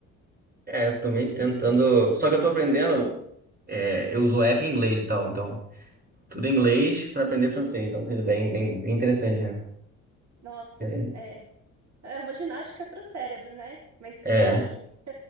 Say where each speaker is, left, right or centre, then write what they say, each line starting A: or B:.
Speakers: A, on the right; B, on the right.
A: É, eu tô meio tentando. Só que eu tô aprendendo, é, eu uso app em inglês e tal, então tudo em inglês
B: Uhum.
A: pra aprender francês, então seria bem, bem, bem interessante, né?
B: Nossa,
A: É,
B: é, é uma ginástica pro cérebro, né? Mas isso
A: é,
B: é ótimo.